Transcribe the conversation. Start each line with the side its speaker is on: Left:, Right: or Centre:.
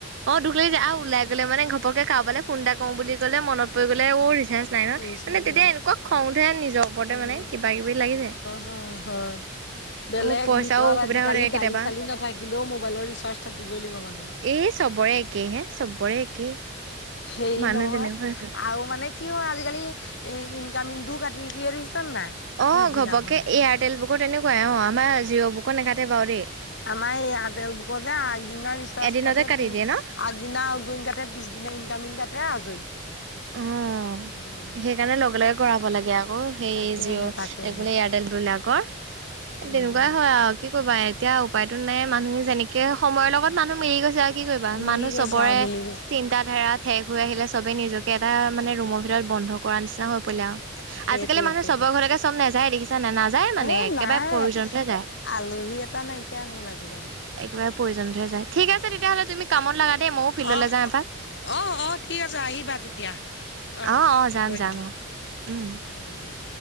Right: অ' দুখ লাগি যায় আৰু ওলাই গ'লে মানে ঘপকে কাৰবালে ফোন এটা কওঁ বুলি ক'লে মনত পৰি গ'লে অ' ৰিচাৰ্জ নাই নহয়
Left: ৰিচাৰ্জ
Right: মানে তেতিয়া
Left: নাই
Right: এনেকুৱা খং তে নিজৰ ওপৰতে
Left: হয়
Right: মানে কিবা কিবি লাগি যায়।
Left: হয় হয়। বেলেগ
Right: মোৰ পইচাও
Left: ভিতৰত
Right: অসুবিধা
Left: আজিকালি
Right: হৈ থাকে কেতিয়াবা।
Left: দালি চালি নাথাকিলেও মোবাইলৰ ৰিচাৰ্জ থাকিবই লাগিব মানুহ।
Right: এই চবৰে একেই হে চবৰে একেই।
Left: হেৰি
Right: মানুহ
Left: নহয়
Right: তেনেকুৱাই আছে।
Left: আৰু মানে কি হয় আজিকালি এ ইনকামিংটো কাটি দিয়ে দেখিছনে নাই।
Right: অ',
Left: পিছদিনাখনি।
Right: ঘপকে এয়াৰটেল বুকৰ তেনেকুৱাই অ' আমাৰ জিঅ' বুকৰ নাকাটে বাৰু দেই।
Left: আমাৰ এই আটেল বুকৰ যে আগদিনা ৰিচাৰ্জ
Right: এদিনতে
Left: কাট
Right: কাটি দিয়ে ন?
Left: আগদিনা আউটগ'ইং পিছ দিনা ইনকামিং কাটতে আজৰি।
Right: অ'।
Left: উম
Right: সেইকাৰণে লগে লগে কৰাব লাগে আকৌ সেই
Left: তাকেহে
Right: জিঅ'
Left: তাকেহে
Right: বোলে এয়াৰটেলবিলাকৰ।
Left: উম।
Right: তেনেকুৱাই হয় আৰু। কি কৰিবা এতিয়া উপায়তো নাই, মানুহে যেনেকে সময়ৰ লগত মানুহ মিলি গৈছে। কি কৰিবা
Left: মিলি
Right: মানুহ
Left: গৈছে
Right: চবৰে
Left: আৰু মিলি গৈছে
Right: চিন্ত ধাৰা ঠেক হৈ আহিলে, চবেই নিজকে এটা মানে ৰুমৰ ভিতৰত বন্ধ কৰা নিচিনা হৈ পৰিলে আৰু।
Left: সেইটোৱে
Right: আজিকালি মানুহ
Left: সেইটোৱে
Right: চবৰ ঘৰলৈকে চব নাযায়, দেখিছা নাযায় মানে
Left: এ
Right: একেবাৰে
Left: নাই
Right: প্ৰয়োজনত হে যায়।
Left: আলহী এটা নাইকিয়া হ'ল আজিকালি।
Right: একেবাৰে প্ৰয়জনতহে যায়, ঠিক আছে তেতিয়া হ'লে তুমি কামত লগা দেই ময়ো ফিল্ডলৈ
Left: অহ
Right: যাওঁ এপাক।
Left: অ', অ', ঠিক আছে আহিবা তেতিয়া। অহ
Right: অ', অ',
Left: হ'ব
Right: যাম যাম
Left: দিয়া
Right: অ' উম'।
Left: হ'ব দিয়া।